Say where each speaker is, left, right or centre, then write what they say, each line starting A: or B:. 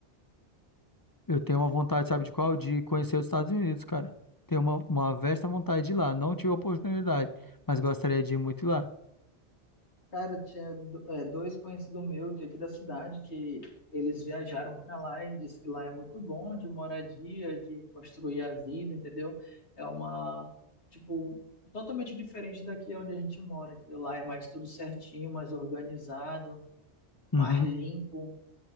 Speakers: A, on the left (about 30°); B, on the left (about 75°).
A: Eu tenho uma vontade, sabe de qual? De conhecer os Estados Unidos, cara. Tenho uma, uma vasta vontade de ir lá. Não tive a oportunidade, mas gostaria de ir muito lá.
B: Cara, tinha do- é, dois conhecidos meus que é aqui da cidade que eles viajaram para lá e disse que lá é muito bom de moradia, de construir a vida, entendeu? É uma, tipo, totalmente diferente daqui onde a gente mora, entendeu? Lá é mais tudo certinho, mais organizado, mais
A: Uhum.
B: limpo.